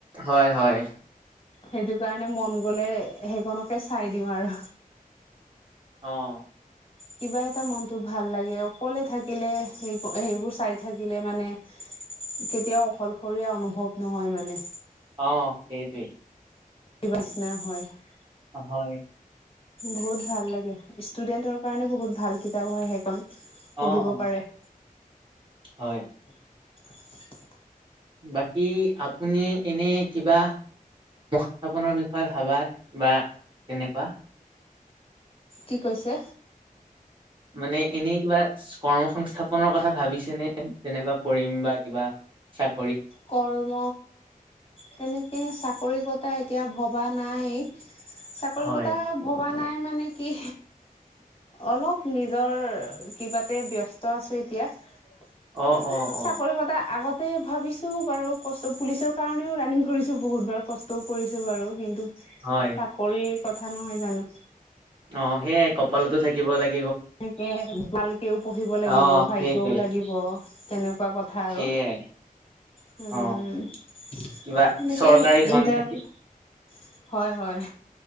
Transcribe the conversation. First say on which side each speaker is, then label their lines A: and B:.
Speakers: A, on the right; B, on the left.
A: হয়, হয়।
B: সেইটো কাৰণে মন গলে সেইককে চাই দিওঁ আৰু।
A: অ'।
B: কিবা এটা মনতো ভাল লাগে অকলে থাকি। থাকিলে স সেইবোৰ চাই থাকিলে মানে কেতিয়াও অকললশৰীয়া অনুভৱ নহয় মানে।
A: অ' সেইটোৱেই।
B: এই পচিনা হয় <unintelligible>
A: হয়।
B: বহুত ভাল লাগে ষ্টুডেন্টৰ কাৰণে বহুত ভাল কিতাপ হয় সেইখনন।
A: অ
B: পঢ়িব
A: অ
B: পাৰে।
A: হয়।
B: <inaudible>
A: বাকী আপুনি এনে কিবা মুস্থাপনৰ বিষয়ে ভাবা বা তেনেকুৱা <unintelligible>
B: কি কৈছে?
A: মানে এনেই কিবা কৰ্ম সংস্থাপনৰ কথা ভাবিছেনে যেনেকুৱা কৰিম বা কিবা চাক
B: কৰ্ম তেনেকে চাকৰি কথা এতিয়া ভব ভবা নাই চাকৰি
A: হয়
B: কথা ভবা নাই মানে কি? অলপ নিজৰ কিবাতে ব্যস্ত আছো এতিয়া। এ
A: অ অ অ
B: চাকৰি কথা আগতে ভাবিছো বাৰু কষ্ট পুলিচৰ কাৰণেও ৰানিং কৰিছোঁ বহুত বাৰ কষ্টও কৰিছোঁ বাৰু কিন্তু
A: হয়
B: চাকৰিৰ কথা নহয় জানো
A: অ সেইয়াই কপালতো থাকিব লাগে
B: সেনেকে ভালকেও পঢ়িব লাগিব
A: অ
B: ভাগ্যয়ও
A: সেইটোৱে
B: লাগিব তেনেক োৱা কথা আৰু
A: সেইয়াই
B: <unintelligible>
A: অ কিবা
B: উম এনেকে
A: চৰকাৰী ধন
B: ইন্ত
A: থাকিব
B: <unintelligible> হয়, হয়।